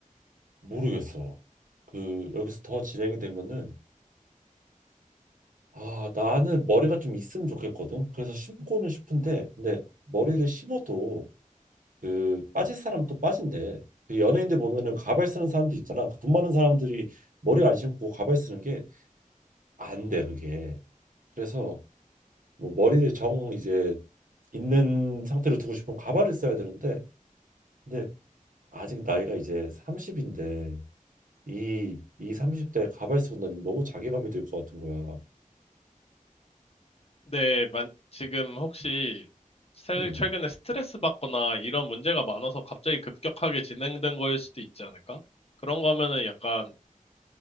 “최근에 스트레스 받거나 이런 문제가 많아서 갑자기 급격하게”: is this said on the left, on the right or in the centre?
Left